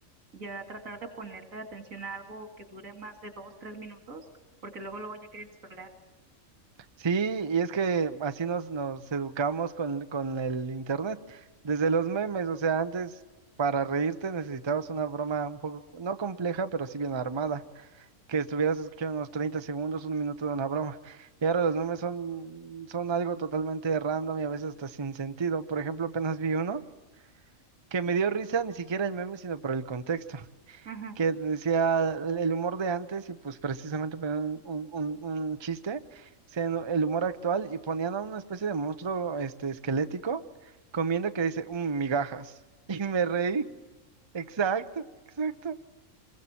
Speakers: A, on the right; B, on the right.
A: ya tratar de ponerle atención a algo que dure más de dos, tres minutos, porque luego, luego ya quieres scrollear.
B: Sí, y es que así nos, nos educamos con, con el internet. Desde los memes, o sea, antes para reírte necesitabas una broma un poco, no compleja, pero sí bien armada, que estuvieras escuchando unos 30 segundos, un minuto de una broma. Y ahora los memes son, son algo totalmente random y a veces hasta sin sentido. Por ejemplo, apenas vi uno que me dio risa ni siquiera el meme, sino por el contexto
A: Ajá.
B: que decía el humor de antes y pues precisamente ponían un, un, un- un chiste, se- no, el humor actual y ponían a una especie de monstruo este, esquelético comiendo que dice, "Mm, migajas. <laughs> Y me reí. Exacto, exacto.